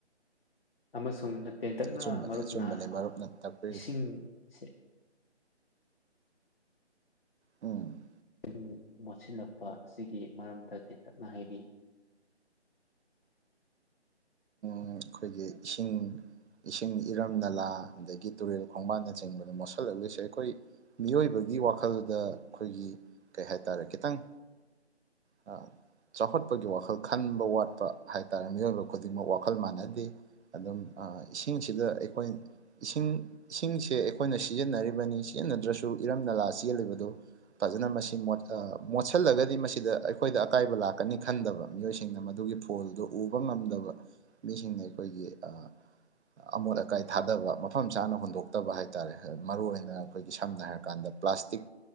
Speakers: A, on the left; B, on the right.
A: ꯑꯃꯁꯨꯡ ꯇꯦꯟꯇꯛꯅ
B: ꯑꯆꯨꯝꯕꯅꯦ
A: ꯃꯔꯨꯞꯅ
B: ꯑꯆꯨꯝꯕꯅꯦ ꯃꯔꯨꯞꯅ ꯇꯥꯛꯄꯤꯔꯤꯗꯨ
A: ꯏꯁꯤꯡꯁꯦ
B: ꯎꯝ꯫
A: ꯆꯤꯟ ꯃꯣꯠꯁꯤꯜꯂꯛꯄ ꯑꯁꯤꯒꯤ ꯃꯔꯝꯗ ꯇꯦꯟꯇꯛꯅ ꯍꯥꯏꯕꯤ
B: ꯎꯝ ꯈꯣꯏꯒꯤ ꯏꯁꯤꯡ ꯏꯁꯤꯡ ꯏꯔꯝ ꯅꯂꯥ ꯑꯗꯒꯤ ꯇꯨꯔꯦꯜ ꯈꯣꯡꯕꯥꯟꯅꯆꯤꯡꯕꯗꯣ ꯃꯣꯠꯁꯜꯂꯛꯂꯤꯁꯦ ꯑꯩꯈꯣꯏ ꯃꯤꯑꯣꯏꯕꯒꯤ ꯋꯥꯈꯜꯗ ꯑꯩꯈꯣꯏꯒꯤ ꯀꯩ ꯍꯥꯏꯇꯥꯔꯦ ꯈꯤꯇꯪ ꯑ ꯆꯥꯎꯈꯠꯄꯒꯤ ꯋꯥꯈꯜ ꯈꯟꯕ ꯋꯥꯠꯄ ꯍꯥꯏꯇꯥꯔꯦ ꯃꯤꯑꯣꯏꯕ ꯈꯨꯗꯤꯡꯃꯛ ꯋꯥ ꯋꯥꯈꯜ ꯃꯥꯟꯅꯗꯦ ꯑꯗꯨꯝ ꯑ ꯏꯁꯤꯡꯁꯤꯗ ꯑꯩꯈꯣꯏ ꯏꯁꯤꯡ ꯏꯁꯤꯡꯁꯦ ꯑꯩꯈꯣꯏꯅ ꯁꯤꯖꯤꯟꯅꯔꯤꯕꯅꯤ ꯁꯤꯖꯤꯟꯅꯗ꯭ꯔꯁꯨ ꯏꯔꯝ ꯅꯂꯥ ꯆꯦꯜꯂꯤꯕꯗꯨ ꯐꯖꯅ ꯃꯁꯤ ꯃꯣꯠꯁꯤꯜꯂꯒꯗꯤ ꯃꯁꯤꯗ ꯑꯩꯈꯣꯏꯗ ꯑꯀꯥꯏꯕ ꯂꯥꯛꯀꯅꯤ ꯈꯟꯗꯕ ꯃꯤꯑꯣꯏꯁꯤꯡꯅ ꯃꯗꯨꯒꯤ ꯐꯨ ꯐꯣꯜꯗꯨ ꯎꯕ ꯉꯝꯗꯕ ꯃꯤꯁꯤꯡꯅ ꯑꯩꯈꯣꯏꯒꯤ ꯑ ꯑꯃꯣꯠ ꯑꯀꯥꯏ ꯊꯥꯗꯕ ꯃꯐꯝ ꯆꯥꯅ ꯍꯨꯟꯗꯣꯛꯇꯕ ꯍꯥꯏꯇꯥꯔꯦ ꯃꯔꯨꯏ ꯑꯣꯏꯅ ꯑꯩꯈꯣꯏꯒꯤ ꯁꯝꯅ ꯍꯥꯏꯔꯀꯥꯟꯗ ꯄ꯭ꯂꯥꯁꯇꯤꯛ